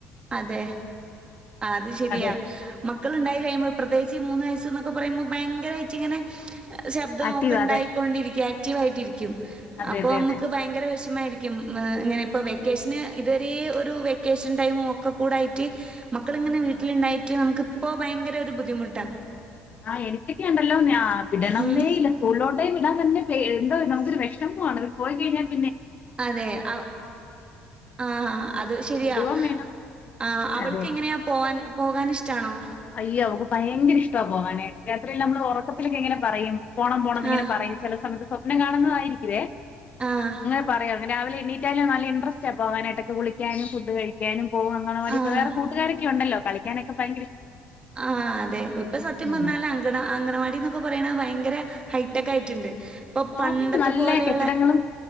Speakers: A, on the right; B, on the left.
A: അതെ അത് ശെരിയാ
B: അതെ
A: മക്കള്ണ്ടായി കഴിയുമ്പോ പ്രേത്യേകിച്ചു മൂന്ന് വയസ്സ് നൊക്കെ പറയുമ്പോ ഭയങ്കരായിറ്റ്ങ്ങനെ ശബ്ദോക്കെണ്ടാക്കികൊണ്ടിരിക്കും
B: ആക്റ്റീവ് അതെ
A: ആക്റ്റീവായിട്ടിരിക്കും
B: അതെ
A: അപ്പൊ
B: അതെ
A: മ്മക്ക്
B: അതെ
A: ഭയങ്കര വെഷമായി ക്കും ങ്ങനെ പ്പ വെക്കേഷന് ഇത് വരെ ഒരു വെക്കേഷൻ ടൈമും ഒക്ക കൂടായ്റ്റ് മക്കള് ങ്ങനെ
B: ആ
A: വീട്ടിലിണ്ടായിറ്റ് നമക്ക് പ്പൊ ഭയങ്കര ഒര് ബുദ്ധിമുട്ടാ
B: ആഹ് എനിക്കൊക്കെപ്പളും ന്നാ വിടണം
A: ഉം
B: ന്നേ ഇല്ല സ്കൂളിലോട്ടെ പറ്റ്ണില്ല എന്തോ നമക്കൊരു വേശമമാണ് അവര് പോയികഴിയുമ്പോ
A: അതെ അ ആ അത് ശെരിയാ
B: വിടുകയും വേണം
A: ആഹ് അവൾക്കെങ്ങനെ
B: അതെ
A: പോവാൻ പോകാൻ ഇഷ്ട്ടാണോ
B: അയ്യ അവൾക്ക് ഭയങ്കര ഇഷ്ട്ടാ പോകാൻ രാത്രിയെല്ലാം ഒറക്കത്തിനിങ്ങനെ പറയും പോണം പോണം ന്നിങ്ങനെ
A: ആഹ്
B: പറയും ചെലസമ സ്വപ്നം കാണുന്നതായിരിക്കുവേ
A: ആഹ്
B: ങ്ങനെപറയും രാവിലെ <unintelligible> ല്ലാം നല്ല ഇന്ട്രെസ്റ്റാ പോകാനായിട്ടൊക്കെ കുളിക്കാനും ഫുഡ്ഡ് കഴിക്കാനും ഓ അംഗനവാടി
A: ആഹ്
B: പോകാൻ വേറെ കൂട്ട് കാരൊക്കെ ഉണ്ട് കളിക്കാനൊക്കെ ഭയ
A: ആഹ് അതെ ഇപ്പൊ സത്യം
B: ഉം
A: പറഞ്ഞാല് അംഗണ അംഗനവാടി നൊക്കെ <unintelligible> രെ ഹൈ ടെക്ക് ആയിറ്റ്ണ്ട് പ്പ പണ്ടത്തെ
B: ആ പിന്നെ നല്ല
A: പോലെള്ളേ
B: കെട്ടിടങ്ങളും